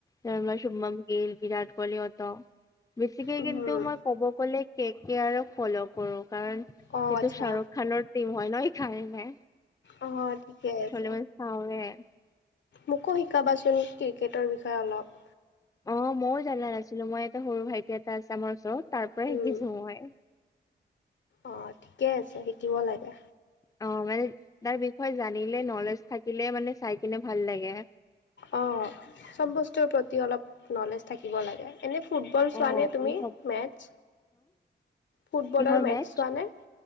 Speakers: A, on the left; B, on the left.
A: তেওঁ বা শুভম গিল বিৰাট কৌহলীহত। বেছিকে
B: উম,
A: কিন্তু মই কব গলে কে - কে আৰু ফল' কৰো কাৰণ
B: অ',
A: এইটো
B: আচ্ছা
A: শ্বাহৰুখ খানৰ টিম হয় ন এইকাৰণে।
B: অ, ঠিকে আছে।
A: দিলে মানে চাওৱে <unintelligible>
B: মোকো শিকাবাচোন ক্ৰিকেটৰ বিষয়ে অলপ।
A: অ, মইয়ো জানা নাছিলো মই এটা সৰু ভাইটি এটা আছে আমাৰ ওচৰত তাৰ পৰাই
B: উম,
A: শিকিছো মই
B: অ, ঠিকে আছে শিকিব লাগে।
A: অ, মানে তাৰ বিষয়ে জানিলে নলেজ থাকিলে মানে চাই কিনে ভাল লাগে।
B: অ, চব বস্তুৰ প্ৰতি অলপ নলেজ থাকিব লাগে। এনে ফুটবল
A: অ
B: চোৱা নে তুমি মেটছ ফুটবলৰ
A: কিহৰ
B: মেটছ
A: মেচ
B: চোৱা নে?